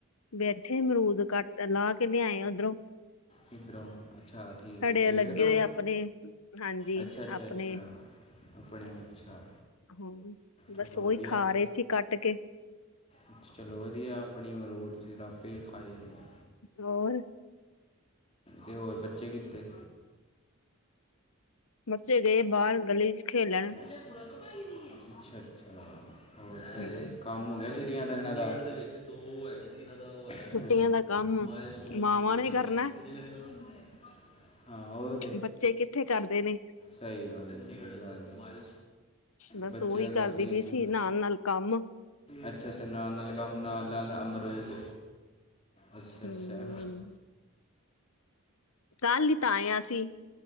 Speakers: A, on the left; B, on the left.
A: ਬੈਠੇ ਮਰੂਦ ਕਟ ਤੇ ਲਾਹ ਕੇ ਲਿਆਏ ਉੱਧਰੋਂ।
B: ਕਿਦਰੋਂ ਅਛਾ। ਠੀਕ
A: ਸਾਡੇ
B: ਹੈ ਪੇੜ
A: ਲੱਗੇ
B: ਤੋਂ?
A: ਹੋਏ ਆਪਣੇ ਹਾਂਜੀ
B: ਅੱਛਾ, ਅੱਛਾ-ਅੱਛਾ।
A: ਆਪਣੇ
B: ਆਪਣੇ ਅੱਛਾ।
A: ਹੂੰ ਬਸ
B: ਚਲੋ
A: ਉਹੀ
B: ਵਧੀਆ।
A: ਖਾ ਰਹੇ ਸੀ ਕੱਟ ਕੇ
B: ਅੱਛਾ, ਚਲੋ ਵਧੀਆ ਆਪਣੀ ਮਰੂਦ ਤੁਸੀਂ ਆਪੇ ਹੀ ਖਾਈ ਜਾਂਦੇ।
A: ਹੋਰ?
B: ਤੇ ਹੋਰ ਬੱਚੇ ਕਿੱਥੇ?
A: ਬੱਚੇ ਗਏ ਬਾਹਰ ਗਲੀ ਚ ਖੇਲਣ।
B: ਲੇਟ ਕੁੜ ਕਮ <unintelligible> <unintelligible> ਅੱਛਾ-ਅੱਛਾ। ਹੋਰ
A: ਹੂੰ
B: ਕੰਮ ਹੋ ਗਿਆ ਛੁੱਟੀਆਂ ਦਾ ਇਨਾਦਾ <unintelligible>
A: ਛੁੱਟੀਆਂ ਦਾ ਕੰਮ
B: ਮੈ ਇਸ ਟਾਈਮ
A: ਮਾਵਾਂ
B: ਚੰਡੀਗੜ੍ਹ
A: ਨੇ
B: <unintelligible>
A: ਕਰਨਾ
B: ਹਾਂ ਹੋਰ
A: ਬੱਚੇ ਕਿੱਥੇ ਕਰਦੇ ਨੇ।
B: ਸਹੀ ਗੱਲ ਹੈ, ਸਹੀ ਗਲ ਹੈ।
A: ਬਸ
B: ਬੱਚੇ
A: ਉਹੀ
B: ਤਾਂ
A: ਕਰਦੀ
B: ਕਰਦੇ ਹੀ
A: ਪਈ
B: ਨੀ।
A: ਸੀ ਨਾਲ ਨਾਲ ਕੰਮ
B: ਅੱਛਾ-ਅੱਛਾ ਨਾਲ-ਨਾਲ ਕੰਮ ਨਾਲ ਲਾਲ ਅਮਰੂਦ ਅੱਛਾ-ਅੱਛਾ।
A: ਹਮ ਕੱਲ ਹੀ ਤਾਂ ਆਏ ਆਂ ਅਸੀਂ।